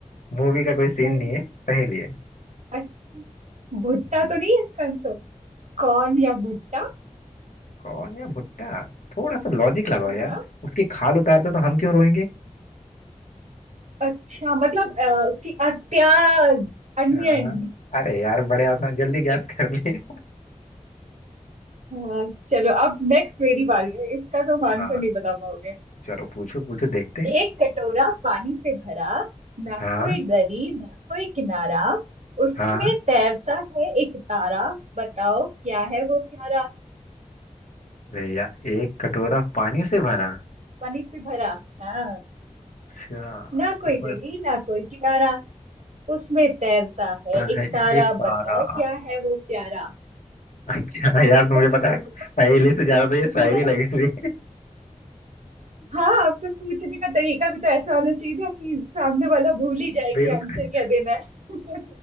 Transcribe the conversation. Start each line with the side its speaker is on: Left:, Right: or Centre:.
Left: मूवी का कोई सीन
Right: अरे
Left: नहीं है पहेली है
Right: अच्छा भुट्टा
Left: हम्म।
Right: तो नहीं है इसका आंसर कॉर्न या भुट्टा
Left: कौन या भुट्टा थोड़ा सा लॉजिक लगाओ
Right: हाँ
Left: यार उसकी खाल उतारते तो हम क्यों रोएंगे
Right: अच्छा मतलब अ, उसकी अ, प्याज अनियन
Left: आ, अरे यार बड़े आसान जल्दी गैस कर लिए
Right: हाँ चलो अब नेक्स्ट मेरी बारी है इसका तो आंसर
Left: हाँ
Right: नहीं बता पाओगे
Left: चलो पूछो पूछो देखते हैं
Right: एक कटोरा पानी से भरा ना
Left: हाँ
Right: कोई दरी ना कोई किनारा उसमें
Left: हाँ
Right: तैरता है एक तारा बताओ क्या है वो प्यारा
Left: अरे यार एक कटोरा पानी से भरा
Right: पानी से भरा हाँ
Left: अच्छा
Right: ना कोई
Left: उसमें
Right: दरी ना कोई किनारा उसमें तैरता है
Left: लगता
Right: एक
Left: है
Right: तारा
Left: एक तारा
Right: बताओ क्या है वो प्यारा
Left: <laughs> क्या यार मुझे
Right: सोचो
Left: पता
Right: सोचो
Left: है पहेली से ज्यादा तो ये शायरी
Right: <laughs>
Left: लगी थी
Right: हाँ आपको पूछने का तरीका भी तो ऐसा होना चाहिए ना कि सामने वाला भूल ही जाए
Left: बिल्कुल
Right: कि आंसर क्या देना है <laughs>